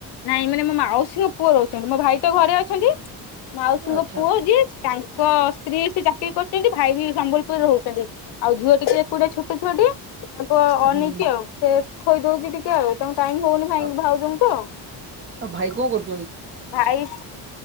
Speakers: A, on the left; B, on the right.
A: ନାଇଁ ମାନେ ମୋ ମାଉସୀଙ୍କ ପୁଅ ରୋହୁଚନ୍ତି ମୋ ଭାଇ ତ ଘରେ ଅଛନ୍ତି ମାଉସୀଙ୍କ
B: ଆଚ୍ଛା।
A: ପୁଅ ଯିଏ ତାଙ୍କ ସ୍ତ୍ରୀ ସେ ଚାକିରି କରୁଛନ୍ତି ଭାଇ ବି ସମ୍ବଲପୁରରେ ରହୁଛନ୍ତି ଆଉ ଝିଅ ଟିକେ ଏକୁଟିଆ ଛୋଟ ଝିଅଟିଏ। ତୁ ଅନେଇଛିି
B: ହୁଁ
A: ଆଉ ସେ ଖୋଇଦଉଛି ଟିକେ ଆଉ ତଙ୍କୁ ଟାଇମ ହଉନି ଭାଇ
B: ଆଉ
A: ଭାଉଜଙ୍କୁ ତ।
B: ଆଉ ଭାଇ କଣ କରୁ
A: ଭାଇ